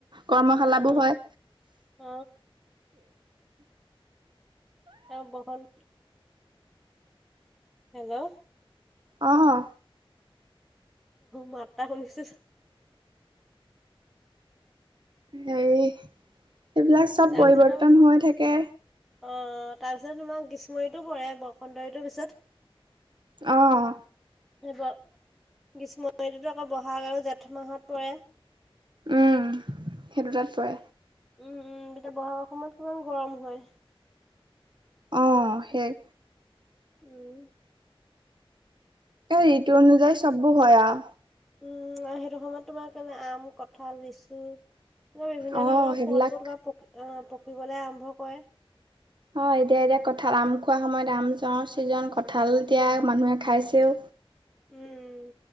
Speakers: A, on the right; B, in the centre.
A: কৰ্মশালাবোৰ
B: অ
A: হয়।
B: অ এ বৰষুণ হেল্লৌ
A: অঁ
B: মাত টা শুনিছো।
A: হেৰি, এইবিলাক চব
B: তাৰপিছত
A: পৰিৱৰ্তন
B: আৰু
A: হৈ থাকে।
B: অ অ তাৰপিছত তোমাৰ গ্ৰীষ্ম ঋতু পৰে বসন্ত ঋতুৰ পিছত।
A: অঁ
B: সেটোৱে, গ্ৰীষ্ম ঋতুটো আকৌ ব'হাগ আৰু জেঠ মাহত পৰে।
A: উম্ সে দুটাত পৰে।
B: উম-উম তাপা অসমত কিমান গৰম হয়?
A: অ' শেষ
B: উম
A: এই ঋতু অনুযায়ী চববোৰ হয় আও।
B: উম্ সেইটো সময়ত তোমাৰ কেলে আম, কঠাল, লিচু বৰ বিভিন্ন
A: অ',
B: ধৰণৰ
A: সেইবিলাক
B: ফলবোৰক পক আহ পকিবলে আৰম্ভ কয়ে।
A: অ', এতিয়া এতিয়া কঁঠাল, আম খোৱা সময়ত আম, ছ' ছিজন কঁঠাল এতিয়া মানুহে খাইছেও।
B: উম্